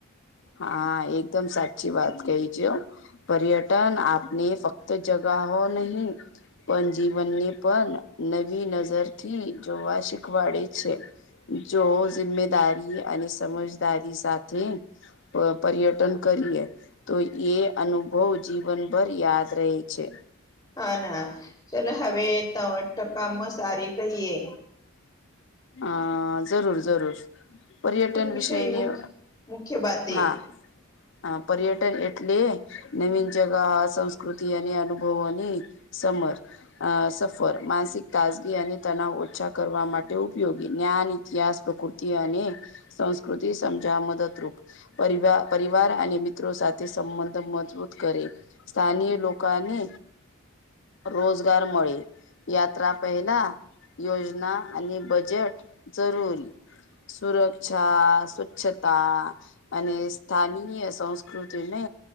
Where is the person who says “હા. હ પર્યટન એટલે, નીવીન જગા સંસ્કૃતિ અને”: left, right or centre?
Left